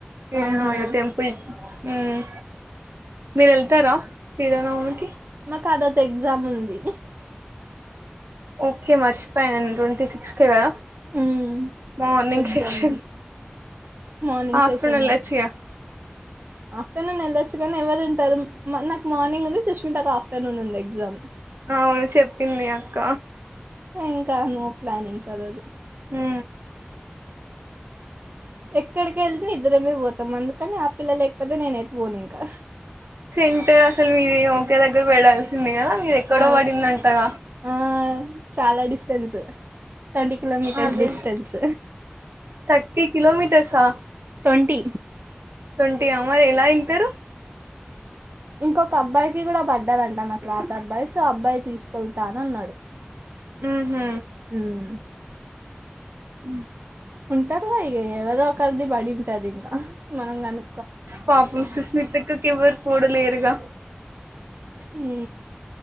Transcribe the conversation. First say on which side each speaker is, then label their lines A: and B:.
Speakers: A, on the right (about 85°); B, on the right (about 55°).
A: <unintelligible>
B: ఆహా
A: టెంపుల్ హ్మ్ మీరు వెళ్తారా శ్రీ రామనవమి కి
B: మాకు ఆ రోజు ఎగ్జామ్ ఉంది
A: ఓకే మరిష్ పం ట్వంటీ సిక్స్ కేే కదా
B: ఉమ్
A: మార్నింగ్
B: ఎగ్జామ్
A: సిక్స్
B: ఉంది మార్నింగ్
A: ఆఫ్టర్నూన్
B: సెషన్
A: వెళ్ళొచ్చు
B: మాకు
A: గా
B: ఆఫ్టర్నూన్ వెళ్ళొచ్చు కానీ ఎవరు ఉంటారు మ్ మ మార్నింగ్ ఉంది సుష్మిత ఒక ఆఫ్టర్నూన్ ఉంది ఎగ్జామ్
A: అవును చెప్పింది అక్క
B: ఇంకా నో ప్లానింగ్స్ ఆ రోజు
A: మ్
B: ఎక్కడికి వెళ్తే ఇద్దరమే పోతాం అందుకని ఆ పిల్ల లేకపోతే నేను ఎట్ పోను ఇంకా
A: సెంట్ అసలు మీరు ఓకే దగ్గర పడాల్సింది కదా మీది ఎక్కడో
B: ఆ
A: పడిందంటగా
B: ఆ చాలా డిస్టెన్స్. ట్వంటీ కిలోమీటర్స్
A: అదే
B: డిస్టెన్స్
A: థర్టీ కిలోమీటర్సా
B: ట్వంటీ
A: ట్వంటీ అవు మరి ఎలా వెళ్తారు.
B: ఇంకొక అబ్బాయికి కూడా పడ్డదంట మా క్లాస్ అబ్బాయి సో అబ్బాయి తీసుకెళ్తాను అన్నాడు.
A: ఊహు
B: ఉమ్
A: హు
B: ఉంటారుగా ఇక ఎవరో ఒకరిది పడింటది ఇంగ మనం కను
A: పాపుసు శృతక్కక్కేవర్ తోడులేరుగా
B: ఊ